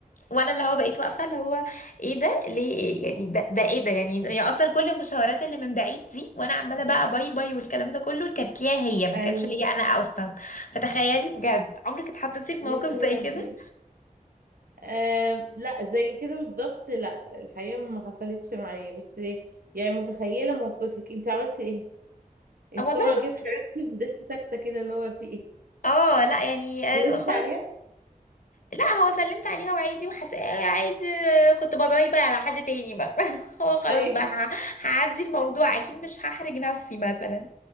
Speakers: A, on the left; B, on the right.
A: وانا اللي هو بقيت واقفه اللي هو ايه ده ليه يعني ده ده ايه ده يعني هي اصلا كل المشاورات اللي من بعيد دي وانا عماله بقى باي باي والكلام ده كله كانت ليها هي ما
B: ايوه
A: كانتش ليا انا اصلا فتخيلي بجد عمرك اتحطيتي في
B: يا
A: موقف
B: نهار
A: زي كده
B: ابيض آه لا زي كده بالظبط لا الحقيقه ما حصلتش معايا بس يعني متخيله موقفك انت عملتي ايه انت
A: والله
B: طبعا كده
A: بص
B: اتحركتي وفضلتي ساكته كده اللي هو في ايه
A: اه لا يعني آه،
B: قلبتي
A: خلاص
B: عليها
A: لا هو سلمت عليها وعادي وحس آه، عادي آه، كنت باي باي على حد تاني بس <laughs> هو خلاص
B: ايوه
A: بقى ه- هعدي الموضوع اكيد مش هحرج نفسي مثلا